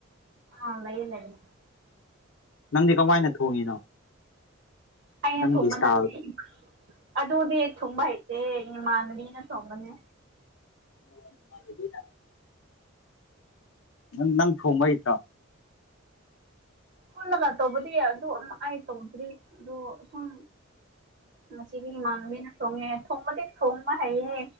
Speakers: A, on the right (about 55°); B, on the left (about 70°).
A: ꯑ ꯂꯩꯅꯤ ꯂꯩꯅꯤ
B: ꯅꯪꯗꯤ ꯀꯃꯥꯏꯅ ꯊꯣꯡꯉꯤꯅꯣ
A: ꯑꯩꯅ
B: ꯅꯪꯒꯤ
A: ꯊꯨꯝꯕ
B: ꯏꯁꯇꯥꯏꯜ
A: ꯅꯠꯇꯦ ꯑꯗꯨꯗꯤ ꯊꯨꯝꯕ ꯍꯩꯇꯦ ꯏꯃꯥꯟꯕꯤꯅ ꯊꯣꯕꯅꯤ
B: <unintelligible> ꯅꯪ ꯅꯪ ꯊꯣꯡꯝꯕꯇ
A: ꯐꯨꯂꯒ ꯇꯧꯕꯗꯤ ꯑꯗꯨ ꯑꯃ ꯑꯩ ꯇꯧꯗ꯭ꯔꯤ ꯑꯗꯣ ꯁꯨꯝ ꯉꯗꯤ ꯏꯃꯥꯡꯕꯤꯅ ꯊꯣꯡꯉꯦ ꯊꯣꯡꯕꯗꯤ ꯊꯣꯡꯕ ꯍꯩꯌꯦ